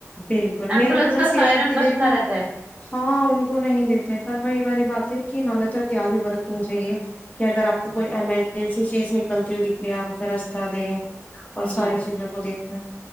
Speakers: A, on the left (about 30°); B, on the right (about 25°).
A: بالکل میرا
B: ایمبولینس
A: تو بس
B: کا
A: یہی
B: سائرن
A: ہے کہ
B: بچتا
A: دیکھو
B: رہتا ہے
A: ہاں ان کو نہیں دیتے پر وہی والی بات ہے کہ ہمیں تو اتیادی برتنی چاہیے کہ اگر آپ کو
B: جی
A: کوئی ایمرجنسی چیز نکلتی ہوئی دکھے آپ اسے رستہ دیں اور
B: جی
A: ساری چیزوں کو دیکھنا